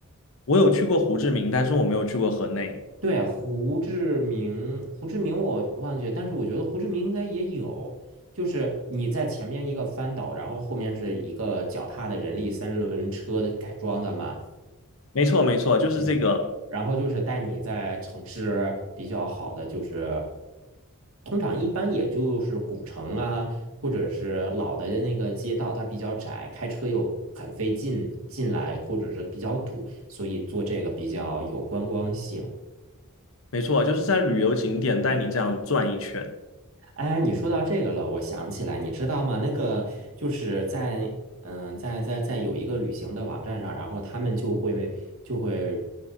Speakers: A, on the left (about 65°); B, on the right (about 70°).
A: 我有去过胡志明，但是我没有去过河内。
B: 对啊，胡志明，胡志明我忘记了，但是我觉得胡志明应该也有，就是你在前面一个翻斗，然后后面是一个脚踏的人力三轮车的改装的嘛，
A: 没错，没错，就是这个，
B: 嗯，然后就是带你在城市比较好的，就是通常一般也就是古城啊，或者是老的那个街道，它比较窄，开车又很费劲进来，或者是比较堵，所以做这个比较有观光性。
A: 没错，就是在旅游景点带你这样转一圈。
B: 哎，你说到这个了，我想起来，你知道吗？那个就是在嗯，在在在有一个旅行的网站上，然后他们就会就会